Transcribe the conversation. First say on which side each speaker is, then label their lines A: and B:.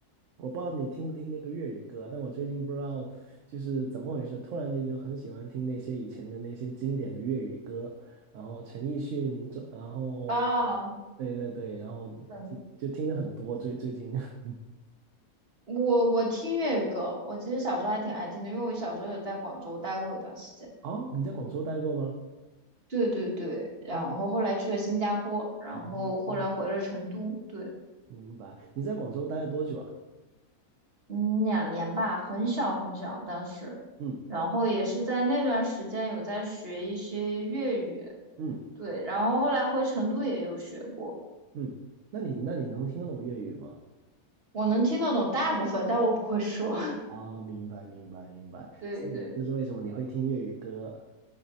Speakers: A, on the right; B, on the right.
A: 我不知道你听不听那个粤语歌，但我最近不知道就是怎么回事，突然间就很喜欢听那些以前的那些经典的粤语歌，然后陈奕迅，这然后
B: 啊，
A: 对对对，然后就就听的很多最最近。
B: 对，
A: <laughs>
B: 我我听粤语歌，我其实小时候还挺爱听的，因为我小时候有在广州待过一段时间。
A: 哦，你在广州待过吗？
B: 对对对，然后后来去了新加坡，
A: 待了。
B: 然后后来回了成都，
A: 哦，
B: 对，
A: 明白。你在广州待了多久啊？
B: 嗯，两年吧，很小很小当时，
A: 嗯
B: 然后也是在那段时间有在学一些粤语，
A: 嗯。
B: 对，然后后来回成都也有学过。
A: 嗯，那你那你能听得懂粤语吗？
B: 我能听得懂大部分，但我不会说。
A: 啊，明白明白明白，
B: <laughs> 对对，
A: 所以就是为什么你会听粤语歌？